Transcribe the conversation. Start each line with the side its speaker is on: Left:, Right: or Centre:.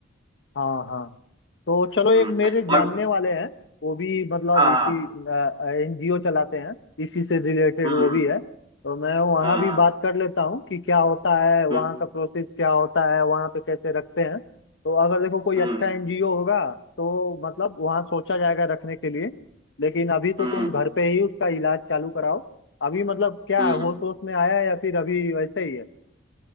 Left: हाँ हाँ तो चलो एक
Right: हम्म
Left: मेरे जानने
Right: और
Left: वाले हैं वो भी मतलब
Right: हाँ
Left: इसी
Right: हाँ
Left: एनजीओ चलाते हैं इसी से रिलेटेड
Right: हम्म
Left: वो
Right: हम्म,
Left: भी है तो मैं वहाँ
Right: हाँ
Left: भी
Right: हाँ
Left: बात कर लेता हूँ कि क्या होता है वहाँ
Right: हम्म
Left: का प्रोसेस क्या होता है वहाँ पे कैसे रखते हैं तो अगर देखो कोई
Right: हम्म
Left: अच्छा एनजीओ होगा तो मतलब वहाँ सोचा जाएगा रखने के लिए लेकिन अभी तो
Right: हम्म
Left: तुम घर पे ही उसका इलाज चालू कराओ अभी मतलब क्या
Right: हम्म।
Left: है होश होश में आया है या फिर अभी वैसे ही है